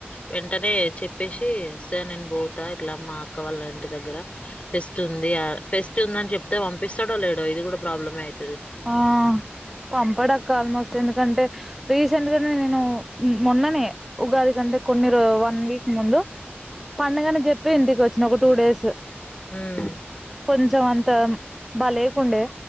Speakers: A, on the left; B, in the centre.
A: వెంటనే చెేపే సేయ్ సే నేను బోతా ఇట్లా మా అక్క వాళ్ళ ఇంటి దగ్గర ఫెస్ట్ ఉంది. ఫెస్ట్ ఉంద అని చెప్తే పంపిస్తాడో లేడో ఇది కూడా ప్రాబ్లమ అయి
B: ఆ పంపడాక్క ఆల్మోస్ట్ ఎందుకంటే రీసెంట్ గానే నేను మొన్ననే ఉగాది, కంటే కొన్ని వన్ వీక్ ముందు పండగనే చెప్పి ఇంటికి వచ్చిన ఒక టూ డేస్
A: హ్మ్
B: కొంచెం అంత బాలేకుండే